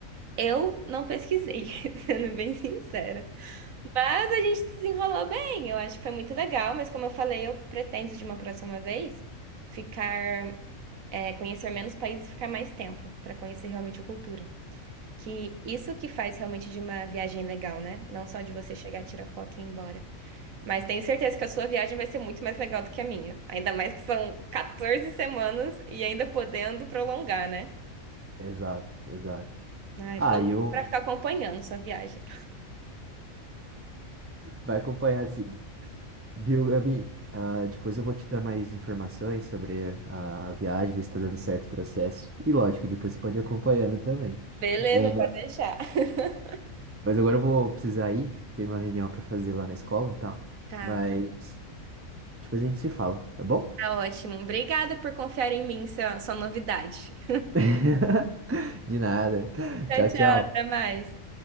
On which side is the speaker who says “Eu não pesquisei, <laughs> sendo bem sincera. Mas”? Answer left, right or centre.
Right